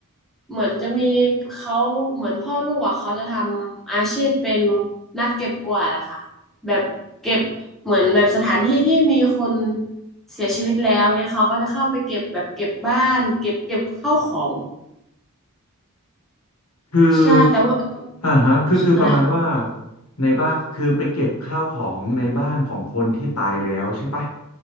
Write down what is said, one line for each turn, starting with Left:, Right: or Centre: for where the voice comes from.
Centre: เหมือนจะมีเขาเหมือนพ่อลูกอ่ะเขาจะทำอาชีพเป็นนักเก็บกวาดอะค่ะแบบเก็บเหมือนแบบสถานที่ที่มีคนเสียชีวิตแล้วเงี้ยเขาก็จะเข้าไปเก็บแบบเก็บบ้านเก็บเก็บข้าวของ
Left: ๆคือ
Centre: ใช่แต่ว่าแต่
Left: อ่าฮะคือคือประมาณว่า
Centre: อะไร
Left: ในบ้านคือไปเก็บข้าวของในบ้านของคนที่ตายแล้วใช่ปะ